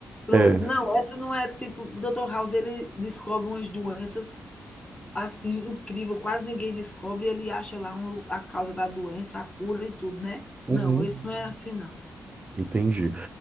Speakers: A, on the left (about 15°); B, on the right (about 25°).
A: Pronto.
B: É,
A: Não, essa não é tipo, o Dr. House ele descobre umas doenças assim incrível, quase ninguém descobre, e ele acha lá um- a causa da doença, a cura e tudo, né?
B: Uhum.
A: Não, esse não é assim não.
B: entendi.